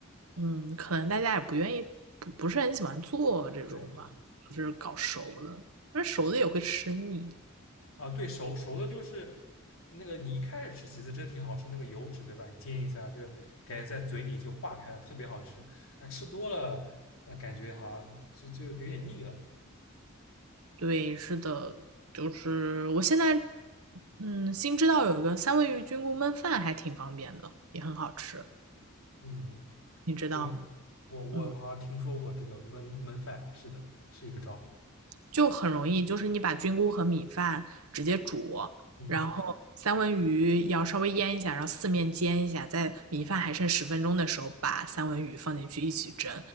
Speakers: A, on the right; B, on the left.
A: 嗯，可能大家也不愿意，不不是很喜欢做这种吧，
B: 对对。
A: 就是搞熟的，但是熟的也会吃腻。
B: 啊，对，熟熟的就是那个，你一开始吃几次真的挺好吃，那个油脂对吧？你煎一下就感觉在嘴里就化开了，特别好吃。啊，吃多了，呃，感觉好像就就有点腻了。
A: 对，是的，就是我现在，嗯，新知道有一个三文鱼菌菇焖饭还挺方便的，也很好吃，
B: 嗯，
A: 你知道吗？
B: 对，我我我好像听说过这个焖焖饭，
A: 嗯，
B: 是的，是一个招。
A: 就很容易，就是你把菌菇和米饭直接煮，
B: 嗯
A: 然后三文鱼要稍微腌一下，然后四面煎一下，在米饭还剩十分钟的时候，把三文鱼放进去一起蒸，